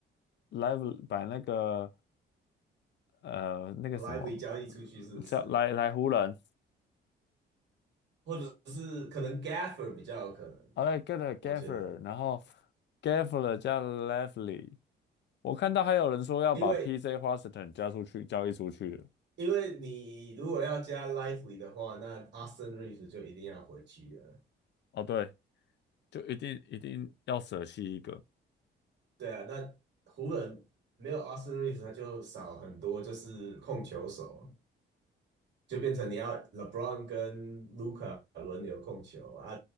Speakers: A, on the left; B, on the right.
A: Live 把那个呃，那个什么，
B: lively 交易出去是不是？
A: 呃叫来来湖人，
B: 或者是可能 Gaffer 比较有可能的啊？
A: 啊，来 get a Gaffer，
B: 我觉得，
A: 然后 Gaffer 加 Lively，我看到还有人说要把
B: 因为
A: PJ Washington 加出去交易出去了。
B: 因为你如果要加 lively 的话，那 Austin Reeves 就一定要回去了。
A: 哦，对，就一定一定要舍弃一个。
B: 对啊，那湖人没有 Austin Reeves，他就少很多，就是控球手，就变成你要 LeBron 跟 Luka 轮流控球啊，